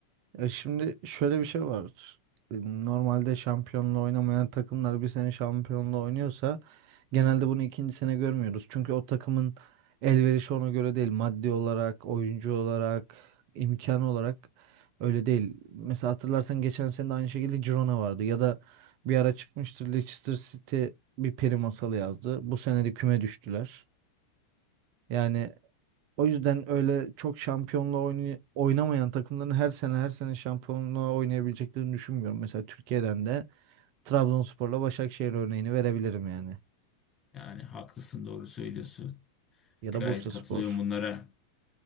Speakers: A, on the right; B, on the left.
A: E şimdi şöyle bir şey var. E, Normalde şampiyonla oynamayan takımlar bir sene şampiyonla oynuyorsa genelde bunu ikinci sene görmüyoruz. Çünkü o takımın elverişi ona göre değil. Maddi olarak, oyuncu olarak, imkan olarak öyle değil. Mesela hatırlarsan geçen sene de aynı şekilde Girona vardı. Ya da bir ara çıkmıştır Leicester City bir peri masalı yazdı. Bu sene de küme düştüler. Yani o yüzden öyle çok şampiyonla oynay- oynamayan takımların her sene her sene şampiyonluğa oynayabileceklerini düşünmüyorum. Mesela Türkiye'den de Trabzonspor'la Başakşehir örneğini verebilirim yani.
B: Yani haklısın doğru söylüyorsun.
A: Ya
B: Gayet
A: da Bursaspor.
B: katılıyorum bunlara.